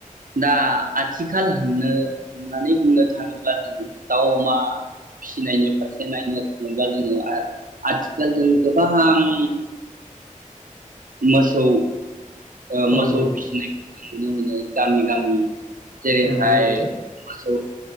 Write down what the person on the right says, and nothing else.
दा आथिखालनो होननानै बुंनो थाङोब्ला जों दाउ अमा फिसिनायनि फारसे नायनो थाङोब्ला जोङो आर आथिखाल जों गोबां मोसौ ओ
मोसौ‌
फिसिनायखो नुनो मोनो गामि गामि जेरै
हाय
मोसौ